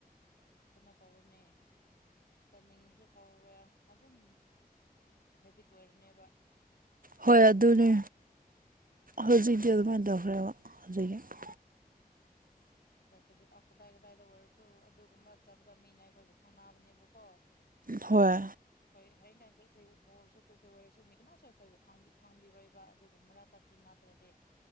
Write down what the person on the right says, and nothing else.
ꯍꯣꯏ ꯑꯗꯨꯅꯤ
ꯍꯧꯖꯤꯛꯇꯤ ꯑꯗꯨꯃꯥꯏꯅ ꯇꯧꯈ꯭ꯔꯦꯕ ꯍꯧꯖꯤꯛꯀꯤ
ꯍꯣꯏ